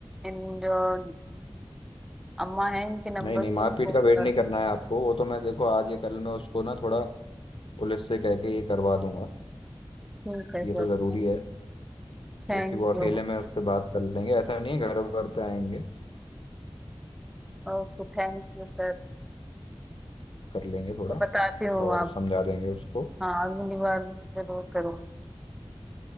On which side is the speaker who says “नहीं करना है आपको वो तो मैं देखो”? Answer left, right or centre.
Left